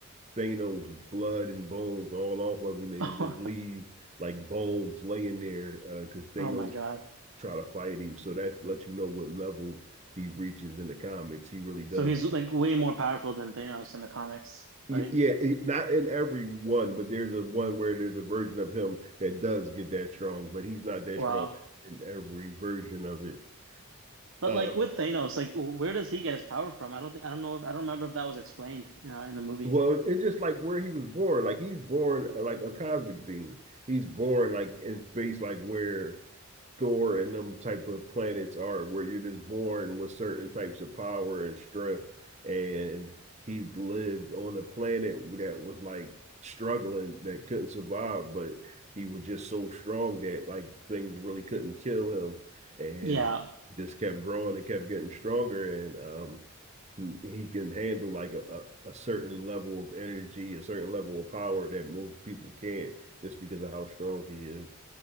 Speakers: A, on the right (about 30°); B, on the right (about 65°).
A: Thanos' blood and bones all off of him, and
B: <laughs>
A: he just leave like bones laying there because uh, Thanos
B: Oh my God!
A: try to fight him. So that lets you know what level he reaches in the comics. He really does
B: So he's like way more powerful than Thanos in the comics,
A: yeah,
B: right?
A: not in every one, but there's a one where there's a version of him that does get that strong, but he's not that
B: Wow.
A: strong in every version of it.
B: But
A: Uh,
B: like with Thanos, like where does he get his power from? I don't think I don't know if I don't remember if that was explained uh, in the movie.
A: well, it's just like where he was born. Like he's born uh, like a cosmic being. He's born like in space, like where Thor and them type of planets are, where you're just born with certain types of power and strength. And he lived on a planet that was like struggling, that couldn't survive, but he was just so strong that like things really couldn't kill him. And
B: Yeah.
A: he just kept growing and kept getting stronger. And um, he can handle like a, a, a, certain level of energy, a certain level of power that most people can't just because of how strong he is.